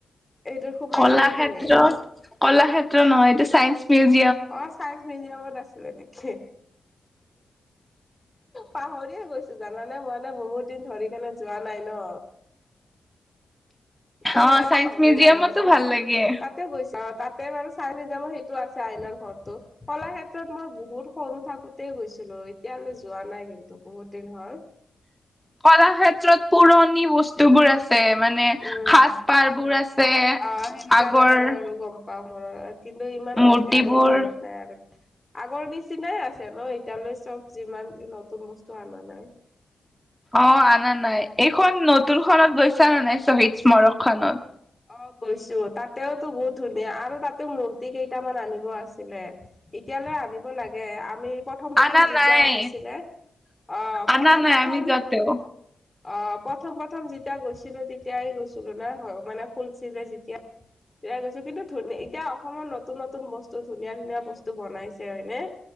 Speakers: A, on the left (about 20°); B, in the centre.
A: এইটোত সোমাইছিলা
B: কল ক্ষেত্ৰত
A: তুমি?
B: কলাক্ষেত্ৰ নহয় এইটো চাইন্স মিউজ-
A: অ চাই মিউজিয়ামত আছিলে নেকি? পাহৰিয়ে গৈছো জানানে মইানে বহুত দিন ধৰি কেনে যোৱা। নাই ন। ত
B: অ
A: সেইকাৰণে
B: চাইন্স
A: পাহৰি
B: মিউজিয়ামতো
A: যোৱা গৈছে
B: ভাল লাগে
A: তাতেও গৈছো আৰু তাতে বাৰু চাইন্স মিউ- মই সেইটো আছে আইনাৰ ঘৰতো কলা ক্ষেত্ৰত মই বহুত সৰু থাকোতেই গৈছিলো এতিয়ালৈ যোৱা। যোৱা নাই কিন্তু বহুত দিন হল।
B: কলাক্ষেত্ৰত পুৰণি বস্তুবোৰ আছ- ছে মানে
A: উম
B: সাজ পাৰ বোৰ আছে
A: অ সেইবিলাক
B: আগৰ।
A: আছে বাৰু গম পাও মনত কিন্তু ইমান
B: মূৰ্তিবোৰ
A: ভালকে আৰু মনত নাই আৰু। আগৰ নিচিনাই আছে ন এতিয়ালৈ চব যিমান নতুন বস্তু অনা নাই।
B: অ আনা নাই এইখন নতুন খত গৈছা নে নাই শ্বহীদ স্মাৰক খনত।
A: অ গৈছো তাতেওতো বহুত ধুনীয়া আৰু তাতেও মূৰ্তি কেইটামান আনিব আছিলে? এতিয়ালৈ আনিব লাগে আমি প্ৰথম প্ৰথম
B: আনা
A: যেতিয়া
B: নাই
A: হৈছিলে আহ
B: আনা
A: প্ৰথম
B: নাই
A: প্ৰথম।
B: আমি যোৱাতেও
A: অ প্ৰথম প্ৰথম যেতিয়া গৈছিলো তেতিয়াই গৈছিলো না মানে খুলছিলে যেতিয়া। তেতিয়া গৈছো কিন্তু ধুন এতিয়া অসমত নতুন নতুন বস্তু ধুনীয়া ধুনীয়া বস্তু বনাইছে হয়নে।